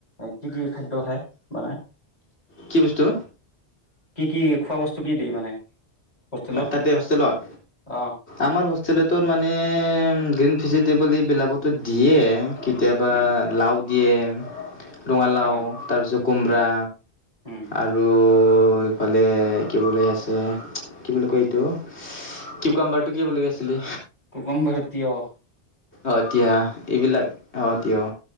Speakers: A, on the left (about 40°); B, on the left (about 80°).
A: কি কি খাদ্য খায়, মানে
B: কি বস্তু?
A: কি কি, খোৱা বস্তু কি দিয়ে মানে? হোষ্টেলত
B: তাতে হোষ্টেলত
A: অ
B: আমাৰ হোষ্টেলতটো মানে, গ্ৰীণ ভেজিটেবল এইবিলাকতো দিয়ে। কেতিয়াবা
A: উম
B: লাউ দিয়ে, ৰঙালাউ
A: হা
B: তাৰপিছত কোমৰা
A: উম উম
B: আৰু এইফালে কি বুলি আছিলে কি বুলি কয় এইটো, কিউ কাম্বাৰটো কি বুলি আছিলে
A: গম পাইছোঁ, টিয়হ
B: অ এতিয়া, এইবিলাক অ টিয়হ,